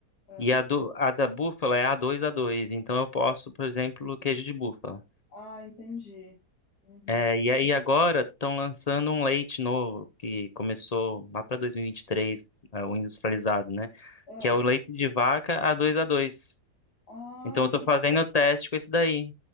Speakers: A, on the left (about 75°); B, on the left (about 55°).
A: Ah,
B: E a, do, a da búfala é A2, a dois. Então eu posso, por exemplo, queijo de búfala.
A: ah, entendi. Uhum.
B: É, e aí agora estão lançando um leite novo que começou lá para 2023, é, o industrializado, né?
A: Ah,
B: Que é o leite de vaca A2A2.
A: ah,
B: Então
A: e,
B: eu tô fazendo
A: e-
B: o teste com esse daí.